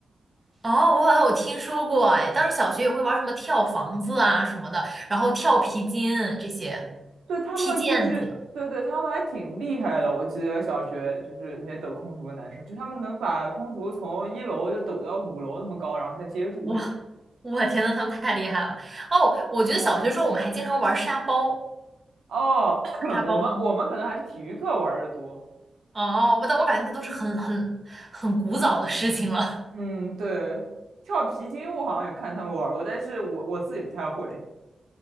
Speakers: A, on the right; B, on the right.
A: 哦，我好像有听说过，哎，当时小学也会玩什么跳房子啊什么的，然后跳皮筋这些，
B: 对他们就是对对，
A: 踢毽子。
B: 他们还挺厉害的。我记得小学就是那些抖空竹的男生，就他们能把空竹从一楼就抖到五楼那么高，然后再接住。
A: 我我天呐，他们太厉害了！哦，我觉得小学时候我们还经常玩沙包，玩
B: 哦，<clears throat>
A: 沙包吗？
B: 我们我们可能还是体育课玩的多。
A: 哦，我但我感觉那都是很很很古早的事情了。
B: 嗯，对，跳皮筋我好像也看他们玩过，但是我我自己不太会。